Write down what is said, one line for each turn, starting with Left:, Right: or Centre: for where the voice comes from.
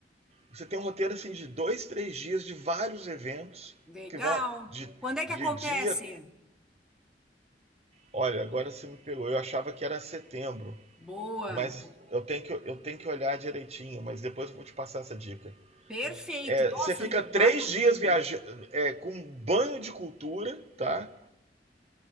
Right: você tem um roteiro assim de dois, três dias de vários eventos
Centre: Legal.
Right: que vão de,
Centre: Quando é que
Right: de
Centre: acontece?
Right: dia. Olha, agora você me pegou. Eu achava que era setembro,
Centre: Boa.
Right: mas eu tenho que, eu tenho que olhar direitinho. Mas depois eu vou te passar essa dica.
Centre: Perfeito.
Right: É,
Centre: Nossa,
Right: você fica três
Centre: baita
Right: dias
Centre: dica.
Right: viajando é, com um banho de cultura, tá?